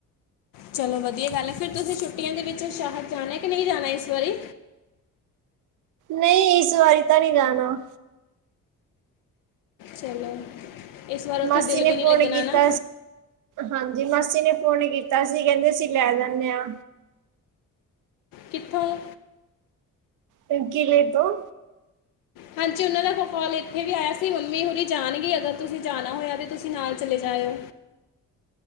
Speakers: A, on the left; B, on the right.
A: ਚਲੋਂ ਵਧੀਆਂ ਗੱਲ ਐ, ਫਿਰ ਤੁਸੀਂ ਛੁੱਟੀਆਂ ਦੇ ਵਿੱਚ ਸ਼ਾਹਰ ਜਾਣਾ ਕਿ ਨਹੀਂ ਜਾਣਾ ਇਸ ਵਾਰੀਂ
B: ਨਹੀਂ ਇਸ ਵਾਰੀ ਤਾਂ ਨੀਂ ਜਾਣਾ
A: ਚਲੋ। ਇਸ ਵਾਰ ਉੱਥੇ
B: ਮਾਸੀ
A: ਦਿਲ
B: ਨੇ
A: ਵੀ
B: ਫ਼ੋਨ
A: ਨਹੀਂ ਲੱਗਣਾ
B: ਕੀਤਾ
A: ਨਾ
B: ਹਾਂਜੀ ਮਾਸੀ ਨੇ ਫੋਨ ਕੀਤਾ ਸੀ, ਕਹਿੰਦੇ ਅਸੀਂ ਲੈ ਜਾਂਨੇ ਆ
A: ਕਿੱਥੋਂ
B: <unintelligible> ਤੋਂ
A: ਹਾਂਜੀ ਉਹਨਾਂ ਦਾ ਫ ਕਾਲ ਇੱਥੇ ਵੀ ਆਇਆ ਸੀ, ਮੰਮੀ ਹੁਰੀ ਜਾਣਗੇ ਅਗਰ ਤੁਸੀਂ ਜਾਣਾ ਹੋਇਆ ਤਾਂ ਤੁਸੀਂ ਨਾਲ ਚਲੇ ਜਾਇਓ।